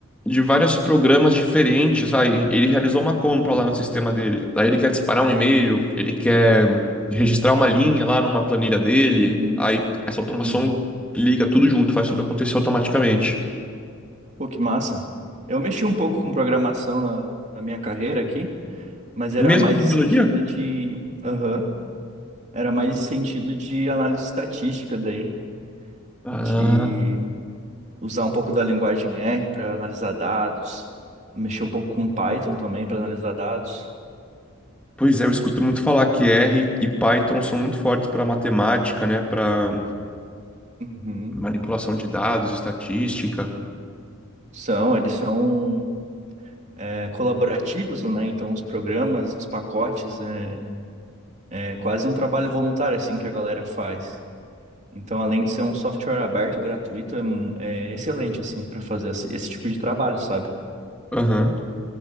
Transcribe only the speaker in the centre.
de vários programas diferentes. Vai, ele realizou uma compra
lá no sistema dele. Aí ele quer disparar um e-mail, ele quer registrar uma linha lá numa planilha dele.
Aí essa automação
liga tudo junto, faz tudo acontecer automaticamente.
Mesmo
de
biologia?
Ah,
pois é, eu escuto muito falar que R e Python são muito fortes para matemática, né? Para
manipulação de dados, estatística.
Aham.